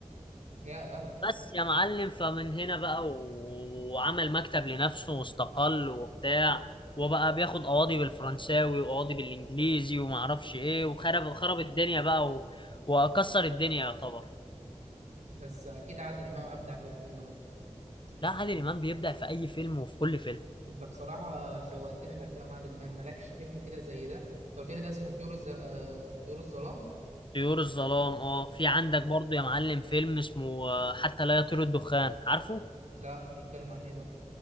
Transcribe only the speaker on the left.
بس يا معلم فمن هنا بقى و- وعمل مكتب لنفسه واستقل وبتاع وبقى بياخد قواضي بالفرنساوي وقواضي بالانجليزي ومعرفش ايه وخرب خرب الدنيا بقى و... وكسر الدنيا يعتبر
لا عادل
امام بيبدع في اي فيلم وفي كل فيلم
طيور الظلام اه في
عندك برضو يا معلم فيلم اسمه آه، حتى لا يطير الدخان عارفه